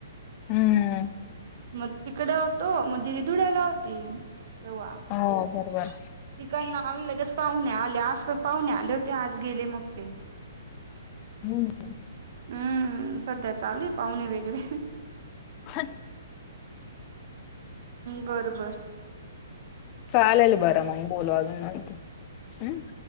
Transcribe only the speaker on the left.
हम्म
हो
बरोबर.
हो हो
खत.
चालेल बरं मग बोलू अजून नंतर हूं